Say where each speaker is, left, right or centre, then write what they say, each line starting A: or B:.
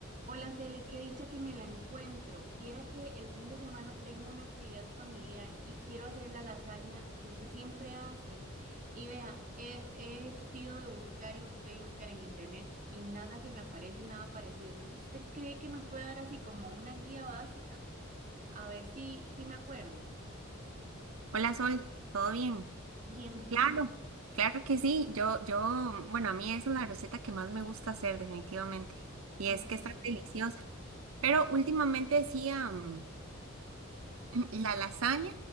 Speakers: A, on the right; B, on the right.
A: Hola, Cele, qué dicha que me la encuentro. Viera que el fin de semana tengo una actividad familiar y quiero hacer la lasaña que usted siempre hace. Y vea, he, he sido de buscar y buscar y buscar en internet y nada que me aparece, nada parecido. Entonces, ¿usted cree que me puede dar así como una guía básica? A ver si, si me acuerdo.
B: Hola Sol, ¿todo bien?
A: Bien, bien.
B: Claro, claro que sí. Yo, yo, bueno, a mí esa es la receta que más me gusta hacer definitivamente. Y
A: <laughs>
B: es
A: Ajá.
B: que está deliciosa. Pero últimamente decía <clears throat> la lasaña,